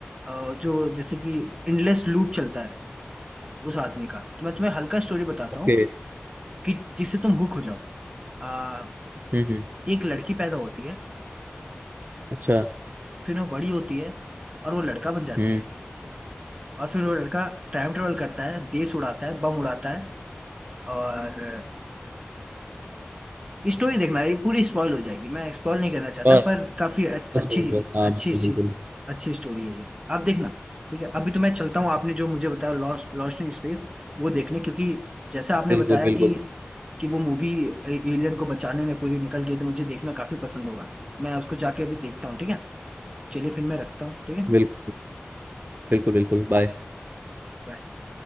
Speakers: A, on the right; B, on the right.
A: अ, जो जैसे कि इनलेस लूप चलता है उस आदमी का तो मैं तुम्हें हल्का स्टोरी बताता
B: ओके
A: हूँ कि जिससे तुम हुक हो जाओ अ,
B: हम्म हम्म,
A: एक लड़की पैदा होती है
B: अच्छा
A: फिर वो बड़ी होती है और वो लड़का बन जाती
B: हम्म
A: है और फिर वो लड़का टाइम ट्रेवल करता है देश उड़ाता है बम उड़ाता है और स्टोरी देखना ये पूरी स्पॉइल हो जाएगी मैं स्पॉइल नहीं करना चाहता
B: बस
A: पर काफी अच्छ-
B: बस
A: अच्छी
B: बस हाँ
A: अच्छी
B: बिल्कुल
A: अच्छी
B: बिल्कुल
A: अच्छी स्टोरी है ये आप देखना ठीक है अभी तो मैं चलता हूँ आपने जो मुझे बताया लॉस्ट लॉस्ट इन स्पेस वो देखने क्योंकि जैसा आपने
B: बिल्कुल
A: बताया
B: बिल्कुल
A: कि कि वो मूवी एलियन को बचाने में पूरी निकल गई तो मुझे देखना काफी पसंद होगा मैं उसको जाके अभी देखता हूँ ठीक है चलिए फिर मैं रखता हूँ ठीक है
B: बिल्कुल बिल्कुल बिल्कुल बाय
A: Bye.